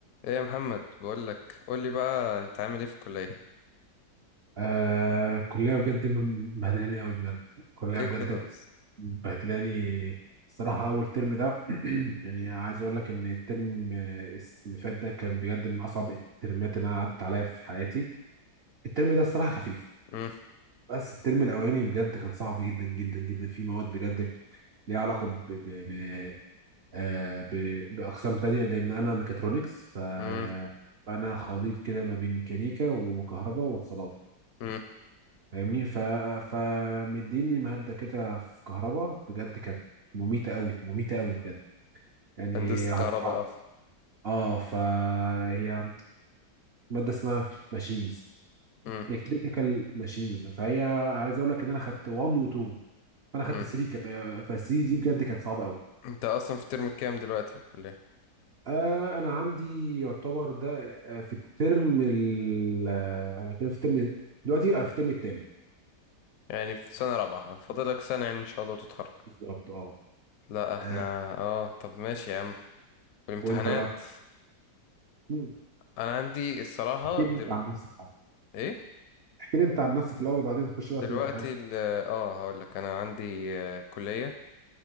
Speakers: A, on the left; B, on the right.
A: ايه يا محمد بقول لك قول لي بقى انت عامل ايه في الكليه
B: آه كلية بجد م- مبهدلاني قوي بجد كلية
A: ليه
B: بجد
A: كده بس
B: مبهدلاني الصراحة أول ترم ده <clears throat> يعني عايز أقول لك إن الترم آه، اللي فات ده كان بجد من أصعب الترمات اللي أنا عدت عليها في حياتي الترم ده الصراحة خفيف
A: امم
B: بس الترم الأولاني بجد كان صعب جدا جدا جدا في مواد بجد ليها علاقة ب... ب... ب... آه ب... بأقسام تانية لأن أنا ميكاترونكس ف...
A: امم
B: فأنا خليط كده ما بين ميكانيكا وكهرباء واتصالات
A: امم
B: فاهمني ف... فمديني مهدة كده في كهرباء بجد كانت مميتة قوي مميتة قوي بجد يعني
A: هندسه
B: هو
A: كهرباء
B: معاك ح-
A: اه
B: اه فهي مادة اسمها ماشينز
A: امم
B: الكتريكال ماشينز فهي عايز اقول لك ان انا خدت 1 و 2 فانا خدت
A: امم
B: 3 كمان ف 3 دي بجد كانت صعبة قوي
A: انت اصلا في الترم الكام دلوقتي في الكليه
B: آه انا عندي يعتبر ده آه، في الترم ال آه، انا كده في الترم دلوقتي انا في الترم الثامن
A: يعني في سنه رابعه فاضلك سنه يعني ان شاء الله وتتخرج
B: بالظبط اه
A: لا احنا
B: آه،
A: اه طب ماشي يا عم والامتحانات
B: وانت بقى مم.
A: انا عندي الصراحه
B: احكي لي
A: دل...
B: انت عن نفسك
A: ايه
B: احكي لي انت عن نفسك الاول بعدين نخش
A: دلوقتي
B: بقى في الامتحان
A: ال... اه هقول لك انا عندي آه، كليه